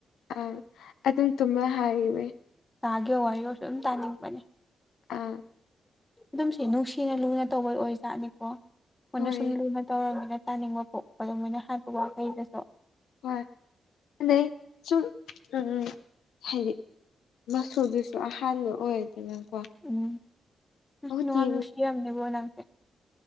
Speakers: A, on the left (about 80°); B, on the left (about 15°).
A: ꯑ ꯑꯗꯨꯝ ꯇꯨꯝꯃ ꯍꯥꯏ ꯏꯕ
B: ꯇꯥꯒꯤ ꯋꯥ ꯍꯥꯏꯌꯣ ꯑꯗꯨꯨꯝ ꯇꯥꯅꯤꯡꯕꯅꯦ
A: ꯎꯟ
B: ꯑꯗꯨꯝꯁꯦ ꯅꯨꯡꯁꯤꯅ ꯂꯨꯅ ꯇꯧꯕꯩ ꯑꯣꯏꯖꯥꯠꯅꯤꯀꯣ ꯃꯣꯏꯅ
A: ꯍꯣꯏ
B: ꯁꯨꯝ ꯂꯨꯅ ꯇꯧꯔꯕꯅꯤꯅ ꯇꯥꯅꯤꯡꯕ ꯄꯣ ꯑꯗꯨ ꯃꯣꯏꯅ ꯍꯥꯏꯕꯥ ꯋꯥꯈꯩꯗꯁꯨ
A: ꯍꯣꯏ ꯑꯗꯩ ꯁꯨꯝ ꯎꯝ ꯎ ꯍꯥꯏꯗꯤ ꯃꯆꯨꯗꯨꯁꯨ ꯑꯍꯥꯟꯕ ꯑꯣꯏ ꯀ ꯀ
B: ꯎꯝ ꯎꯝ
A: ꯑ ꯆ
B: ꯌꯥꯝ ꯅꯨꯡꯁꯤꯔꯝꯅꯦꯕꯣ ꯅꯪꯁꯦ